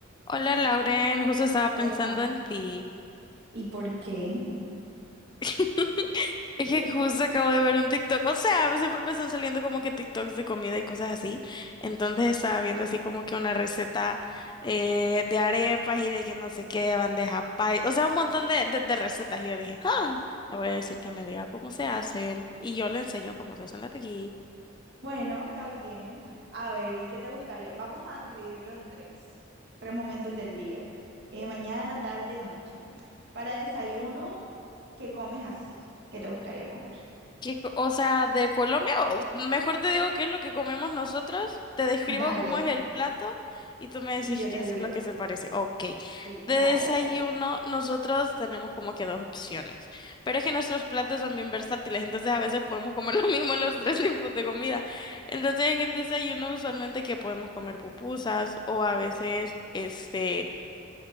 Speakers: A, on the left; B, on the right.
A: Hola Lauren, justo estaba pensando
B: Hola.
A: en ti.
B: ¿Y por qué?
A: <laughs> Es
B: <laughs>
A: que justo acabo de ver un TikTok, o sea, siempre me están saliendo como que TikToks de comida y cosas así. Entonces estaba viendo así como que una receta eh, de arepas y de que no sé qué, bandeja pay, o sea, un montón de, de, de recetas. Y yo dije, ah, le voy a decir que me diga cómo se hacen y yo le enseño cómo se hacen las de aquí.
B: Bueno, está bien. A ver, ¿y qué te gustaría? Vamos a dividirlo en tres, tres momentos del día. Eh, mañana, tarde, noche. Para desayuno, ¿qué comes así? ¿Qué te gustaría comer?
A: ¿Qué co- o sea, de Colombia, o mejor te digo qué es lo que comemos nosotros, te describo
B: Dale,
A: cómo es el plato y tú me decís
B: y yo
A: qué
B: te
A: es
B: digo.
A: lo que se parece. Ok,
B: Sí,
A: de
B: dale,
A: desayuno
B: dale.
A: nosotros tenemos como que dos opciones, pero es que nuestros platos son bien versátiles, entonces a veces podemos comer <laughs> lo mismo en los tres tipos de comida. Entonces en el desayuno usualmente que podemos comer pupusas o a veces este,